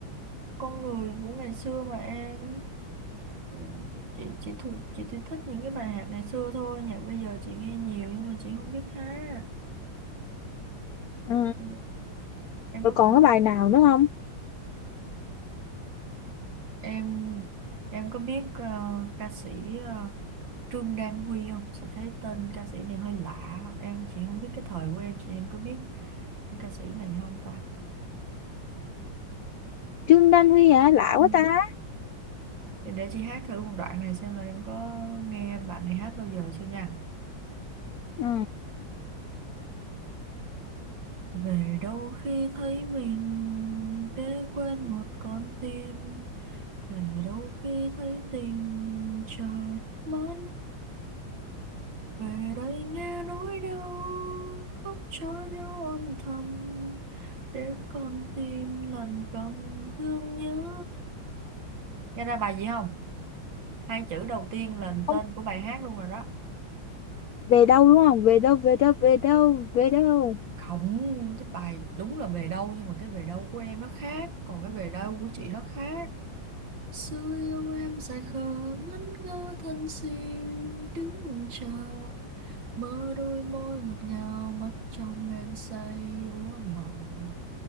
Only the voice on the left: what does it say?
Ừ,
Rồi
còn
cái bài nào nữa không?
Trương Đan Huy hả? Lạ
quá ta.
ừ.
Không,
về đâu đúng không? Về đâu, về đâu, về đâu, về đâu.